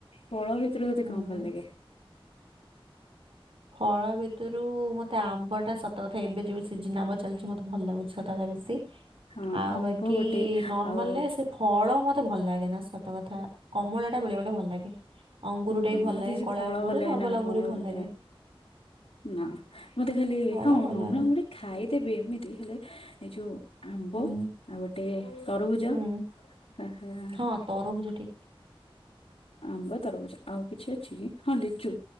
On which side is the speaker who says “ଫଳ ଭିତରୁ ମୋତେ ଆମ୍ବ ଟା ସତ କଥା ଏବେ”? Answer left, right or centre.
Right